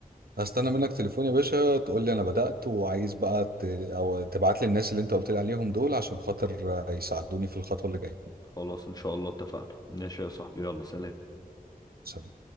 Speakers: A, on the right (about 80°); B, on the left (about 25°).
A: هستنى منك تليفون يا باشا تقول لي انا بدات وعايز بقى ت... او تبعت لي الناس اللي انت قلت لي عليهم دول عشان خاطر آه، يساعدوني في الخطوه اللي جايه
B: خلاص ان شاء الله اتفقنا ماشي يا صاحبي يلا سلام
A: سلام